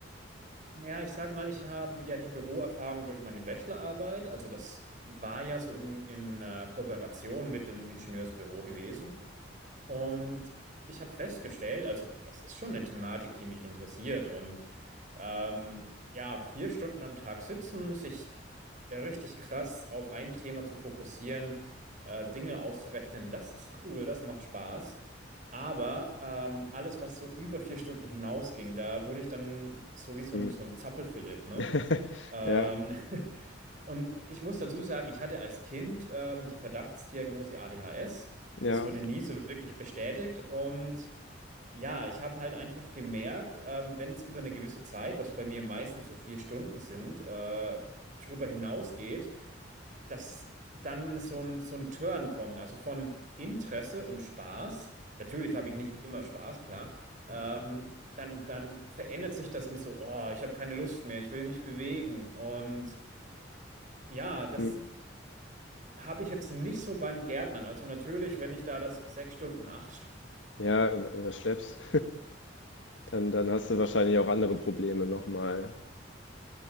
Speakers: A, on the right (about 45°); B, on the left (about 80°).
A: Ja, ich sag mal, ich habe ja die Büroerfahrung durch meine Bachelorarbeit. Also das war ja so in, in äh, Kooperation mit dem Ingenieursbüro gewesen. Und ich habe festgestellt, also es ist schon eine Thematik, die mich interessiert. Und ähm, ja, vier Stunden am Tag sitzen, sich Ja, richtig krass auf ein Thema zu fokussieren, äh, Dinge auszurechnen, das ist cool, das macht Spaß. Aber ähm, alles, was so über vier Stunden hinausging, da wurde ich dann so wie so
B: Hm.
A: ein, so ein Zappelphilipp, ne?
B: <laughs>
A: Ähm,
B: Ja,
A: <laughs> Und ich muss dazu sagen, ich hatte als Kind ähm, die Verdachtsdiagnose ADHS.
B: ja,
A: Das wurde nie so wirklich bestätigt. Und ja, ich habe halt einfach gemerkt, ähm, wenn es über eine gewisse Zeit, was bei mir meistens so vier Stunden sind, äh, darüber hinausgeht, dass dann so ein, so ein Turn kommt. Also von Interesse und Spaß. Natürlich habe ich nicht immer Spaß, klar. Ähm, dann, dann verändert sich das in so, oh, ich habe keine Lust mehr, ich will mich bewegen. Und ja, das
B: hm.
A: habe ich jetzt nicht so beim Gärtnern. Also natürlich, wenn ich da das sechs Stunden, acht Stunden,
B: ja, was schleppst, dann, dann hast du wahrscheinlich auch andere Probleme nochmal.